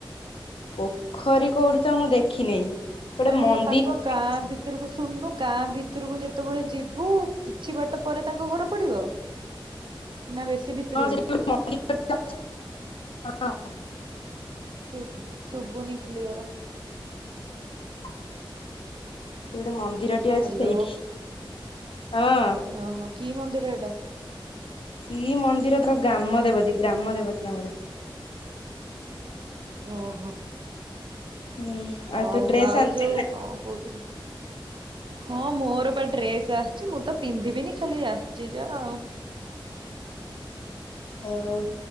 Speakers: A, on the left (about 80°); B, on the right (about 60°).
A: ପୋଖରୀ କୋଉଠି ତ ମୁଁ ଦେଖିନେଇ। ଗୋଟେ
B: ମାନେ
A: ମନ୍ଦିର
B: ତାଙ୍କ
A: ଅଛି
B: ଗାଁ ଭି ଭିତରକୁ ଶୁଣନୁ ଗାଁ ଭିତରକୁ ଯେତେବେଳେ ଯିବୁ କିଛି ବାଟ ପରେ ତାଙ୍କ ଘର ପଡିବ। ନାଁ ବେସି ବି ତ୍ରୁ
A: ହଁ ସେଠି ଗୋଟେ ମନ୍ଦିର ଅଛି ସେଠି
B: ସୁବ୍ ସୁବୁନି କ୍ଲିୟର।
A: ସେଇଠି ଗୋଟେ ମନ୍ଦିରଟି ଅଛି
B: ହ୍ୟାଲୋ
A: ସେଇଠି। ହଁ
B: ଓହୋ କି ମନ୍ଦିର ଏଟା?
A: କି ମନ୍ଦିର ତାଙ୍କ ଗ୍ରାମ ଦେବତୀ ଗ୍ରାମ ଦେବତୀ ତାଙ୍କର।
B: ଓହୋ।
A: ହୁଁ
B: ହଉ
A: ଆଉ ତୁ ଡ୍ରେସ
B: ଆଉ
A: ଆଣିଛୁ
B: ଯୋଉ
A: ନା
B: କଣ କହୁଥିଲି। ହଁ ମୋର ବା ଡ୍ରେସ୍ ଆସିଚି ମୁଁ ତ ପିନ୍ଧିବିନି ଖାଲି ଆସିଚି ଯା ଆଉ।
A: ହଉ